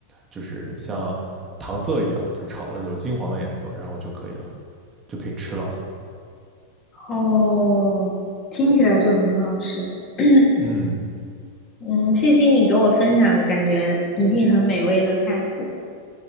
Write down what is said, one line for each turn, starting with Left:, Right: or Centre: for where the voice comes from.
Right: 就是像糖色一样，就是炒的有金黄的颜色，然后就可以了。就可以吃了。
Left: 哦，听起来就很好吃。<clears throat>
Right: 嗯，
Left: 嗯，谢谢你给我分享，感觉一定很美味的菜谱。